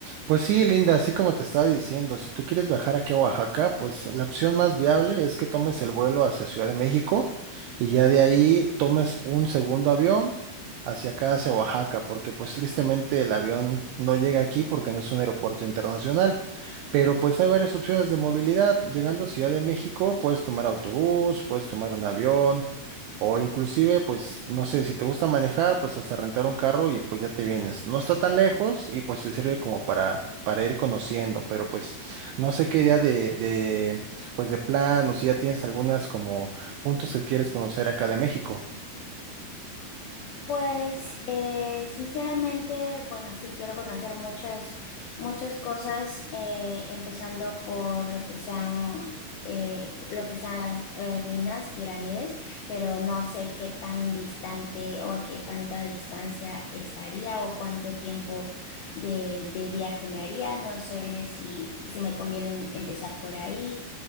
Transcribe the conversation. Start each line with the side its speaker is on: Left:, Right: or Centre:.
Right: Pues sí, Linda, así como te estaba diciendo, si tú quieres viajar aquí a Oaxaca, pues la opción más viable es que tomes el vuelo hacia Ciudad de México y ya de ahí tomes un segundo avión hacia acá, hacia Oaxaca, porque pues tristemente el avión no llega aquí porque no es un aeropuerto internacional. Pero pues hay varias opciones de movilidad. Llegando a Ciudad de México, puedes tomar autobús, puedes tomar un avión, o inclusive, pues, no sé, si te gusta manejar, pues hasta rentar un carro y pues ya te vienes. No está tan lejos y pues te sirve como para, para ir conociendo, pero pues no sé qué idea de, de, pues de plan o si ya tienes algunas como puntos que quieres conocer acá de México.
Left: Pues eh, sinceramente, bueno, sí, quiero conocer muchas, muchas cosas, eh, empezando por lo que sean, eh, lo que sean las eh, ruinas, pirámides, pero no sé qué tan distante o a qué tanta distancia estaría o cuánto tiempo de, de viaje me haría. No sé si, si me conviene em- empezar por ahí